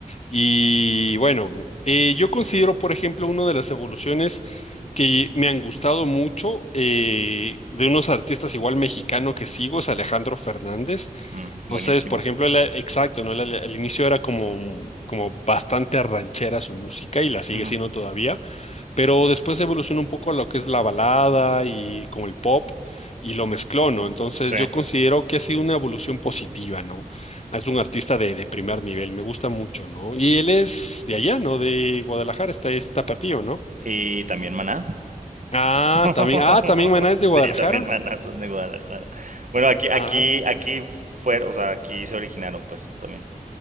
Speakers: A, on the left; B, on the right.
A: Y bueno, eh, yo considero, por ejemplo, una de las evoluciones que me han gustado mucho eh, de unos artistas igual mexicano que sigo es Alejandro Fernández.
B: mm,
A: Entonces,
B: buenísimo.
A: por ejemplo, él, eh, exacto, ¿no? Él al al inicio era como, como bastante ranchera su música y la sigue
B: Ujú,
A: siendo todavía pero después evolucionó un poco a lo que es la balada y como el pop y lo mezcló, ¿no? Entonces
B: Sí.
A: yo considero que ha sido una evolución positiva, ¿no? Es un artista de, de primer nivel, me gusta mucho, ¿no? Y él es de allá, ¿no? De Guadalajara, está está partido, ¿no?
B: ¿Y también Maná?
A: Ah,
B: <laughs>
A: también, ah, también Maná es
B: Sí,
A: de Guadalajara.
B: también manas son de Guadalajara. Bueno, aquí, aquí,
A: Ah,
B: aquí fue, o sea, aquí se originaron, pues, también.